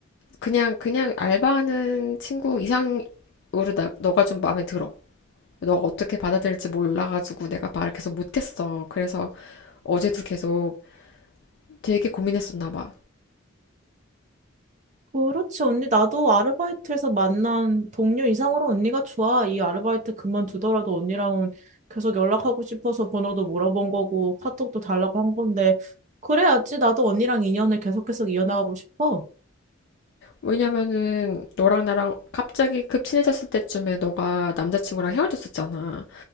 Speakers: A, on the left (about 60°); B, on the right (about 35°).
A: 그냥 그냥 알바하는 친구 이상으로 나, 너가 좀 마음에 들어. 너가 어떻게 받아들일지 몰라가지고 내가 말을 계속 못했어. 그래서 어제도 계속 되게 고민했었나 봐.
B: 그렇지, 언니. 나도 아르바이트에서 만난 동료 이상으로 언니가 좋아. 이 아르바이트 그만두더라도 언니랑은 계속 연락하고 싶어서 번호도 물어본 거고 카톡도 달라고 한 건데 그래야지 나도 언니랑 인연을 계속 해서 이어나가고 싶어.
A: 왜냐면은 너랑 나랑 갑자기 급 친해졌을 때쯤에 너가 남자친구랑 헤어졌었잖아.